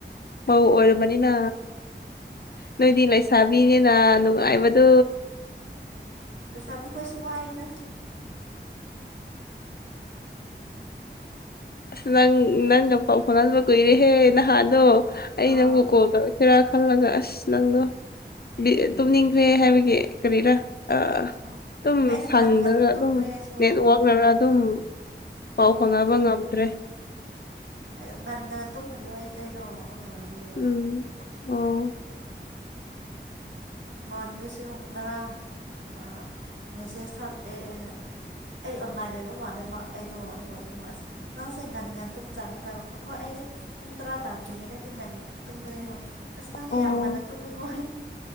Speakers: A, on the left; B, on the right.
A: ꯃꯧ ꯑꯣꯏꯔꯕꯅꯤꯅ ꯅꯣꯏꯗꯤ ꯂꯩꯁꯥꯕꯤꯅꯤꯅ ꯅꯨꯡꯉꯥꯏꯕꯗꯨ
B: ꯂꯩꯁꯥꯕꯤ ꯈꯣꯏꯁꯨ ꯋꯥꯏꯌꯦꯗ
A: ꯑꯁ ꯅꯪ ꯅꯪꯒ ꯄꯥꯎ ꯐꯥꯎꯅꯗꯕ ꯀꯨꯏꯔꯦꯍꯦ ꯅꯍꯥꯟꯗꯣ ꯑꯩ
B: ꯑꯣ
A: ꯅꯪꯕꯨ ꯀꯣꯜ ꯇꯧꯔꯛ ꯄꯦꯔꯥ ꯈꯜꯂꯒ ꯑꯁ ꯅꯪꯗꯣ ꯕꯤ ꯇꯨꯝꯅꯤꯡꯈ꯭ꯔꯦ ꯍꯥꯏꯕꯒꯤ ꯀꯔꯤꯔꯥ ꯑ
B: ꯎꯝ
A: ꯇꯨꯝ
B: ꯑꯩꯗꯤ
A: ꯁꯪꯗ꯭ꯔꯒ
B: ꯉꯟ ꯉꯟ ꯇꯨꯝꯃꯦ
A: ꯑꯗꯨꯝ
B: ꯑꯩꯁꯨ
A: ꯅꯦꯠꯋꯛ ꯋꯔꯥ ꯑꯗꯨꯝ ꯄꯥꯎ
B: ꯑꯣ
A: ꯐꯥꯎꯅꯕ ꯉꯝꯗ꯭ꯔꯦ
B: ꯑꯩ ꯉꯟ ꯉꯟꯅ ꯇꯨꯝꯕꯒꯤ ꯋꯥ ꯑꯩꯗꯣ ꯑꯗꯨ ꯑꯣꯏꯕꯒꯤ
A: ꯎꯝ ꯑꯣ
B: <unintelligible> ꯃꯥꯟꯕꯁꯨ ꯉꯔꯥꯡ ꯑꯥ ꯃꯦꯁꯦꯖ ꯊꯥꯔꯛꯑꯦ ꯑꯩꯅ ꯑꯩ ꯑꯣꯟꯂꯥꯏꯟ ꯂꯩꯕ ꯃꯥꯜꯂꯦ ꯃꯥ ꯑꯩꯗꯣ ꯑꯗꯨꯒ ꯑꯁ ꯅꯪ ꯁꯦꯡ ꯉꯟ ꯉꯟ ꯇꯨꯝ ꯆꯠꯅꯤꯀꯣ ꯍꯥꯏꯕ ꯍꯣꯏ ꯑꯩꯗꯤ ꯄꯨꯡ ꯇꯔꯥ ꯇꯥꯗ꯭ꯔꯤꯉꯩꯗꯗꯤꯟ ꯉꯟꯅ ꯇꯨꯝꯕꯅꯦ ꯑꯁ ꯅꯪꯗꯤ
A: ꯑꯣ
B: ꯌꯥꯝ ꯉꯟꯅ ꯇꯨꯝꯃꯤꯀꯣ